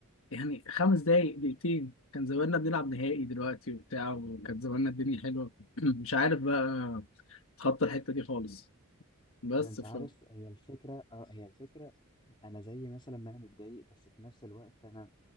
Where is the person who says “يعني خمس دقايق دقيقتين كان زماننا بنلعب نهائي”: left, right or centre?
Left